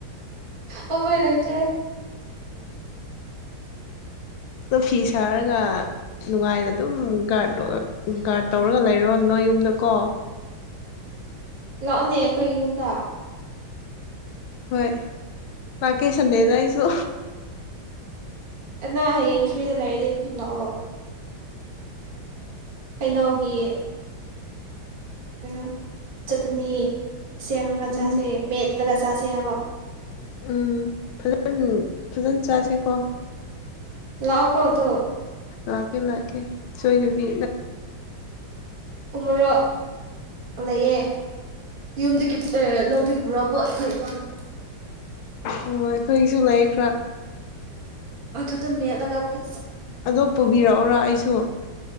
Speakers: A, on the right; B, on the left.
A: ꯑꯣꯕꯣꯏ ꯂꯩꯇ꯭ꯔꯦ
B: ꯑꯗꯣ ꯐꯤ ꯁꯥꯔꯒ ꯅꯨꯡꯉꯥꯏꯅ ꯑꯗꯨꯝ ꯒꯥꯔꯗꯣ ꯒꯥꯔ ꯇꯧꯔꯒ ꯂꯩꯔꯣ ꯅꯣꯏ ꯌꯨꯝꯗ--꯫ ꯀꯣ
A: ꯂꯑꯣꯅꯦ ꯐꯩ ꯌꯨꯝꯗ
B: ꯍꯣꯏ ꯃꯥꯀꯦ ꯁꯟꯗꯦꯗ ꯑꯁꯨ
A: ꯑꯅꯥ ꯍꯌꯦꯡ ꯐ꯭ꯔꯤꯗ ꯂꯩꯔꯗꯤ ꯊꯨꯝ ꯂꯥꯛꯑꯣ ꯍꯩꯅꯧꯒꯤ ꯀꯩꯅꯣ ꯆꯠꯅꯤ ꯁꯦꯃꯅꯒꯆꯥꯁꯦ
B: ꯎꯝ
A: ꯃꯦꯠ ꯀꯆꯥꯁꯦ ꯌꯥꯦꯕ
B: ꯎꯝ ꯐꯖꯅ ꯐꯖꯅ ꯆꯁꯤꯀꯣ
A: ꯂꯥꯛꯀꯣꯗꯣ
B: ꯂꯥꯛꯀꯦ ꯂꯥꯛꯀꯦ ꯁꯣꯏꯗꯕꯤ
A: ꯎꯃꯔꯣ ꯂꯩꯌꯦꯦ ꯌꯨꯝꯗꯒꯤ ꯂꯧꯗꯒꯤ ꯄꯨꯔꯛꯑꯕꯣ ꯑꯩꯈꯣꯏ ꯏꯃꯥꯅ
B: ꯑꯣ ꯑꯩꯈꯣꯏꯒꯤꯁꯨ ꯂꯩ ꯈꯔꯥ
A: ꯑꯗꯨꯗꯣ ꯃꯦꯠꯂꯒ ꯐ
B: ꯑꯗꯣ ꯄꯨꯕꯤꯔꯛꯎꯔ ꯑꯩꯁꯨ